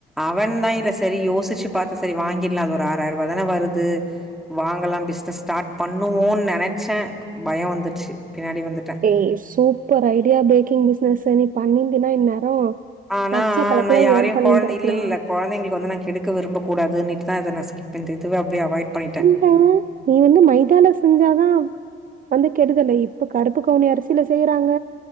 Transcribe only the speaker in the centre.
அவன் தா இல்ல சரி யோசிச்சி பாத்தா சரி வாங்கிலா அது ஒரு ஆறாயிரூவா தான வருது து வாங்கலா பிஸ்னஸ் ஸ்டார்ட் பண்ணுவோன் நெனைச்சே பயொ வந்துருச்சி பின்னாடி வந்துட்டே
ஆனா
நா யாரையு
கொழந்த இல்ல இல்ல கொழந்தைங்களுக்கு வந்து நா கெடுக்க விரும்ப கூடாதுன்னிட்டு தா அத ஸ்கிப்பன்துவே அப்டியே அவாய்ட் பண்ணிடே